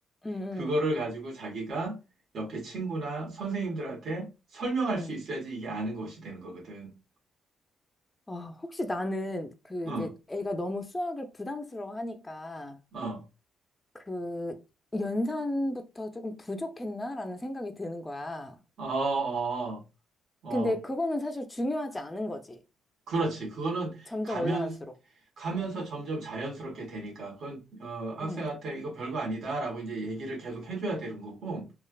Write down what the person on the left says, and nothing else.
응,
응,
응.
아, 혹시 나는 그
이제 애가 너무 수학을 부담스러워 하니까
그 연산부터 조금 부족했나라는 생각이 드는 거야.
근데 그거는 사실 중요하지 않은 거지.
점점
올라갈수록.
어.
응,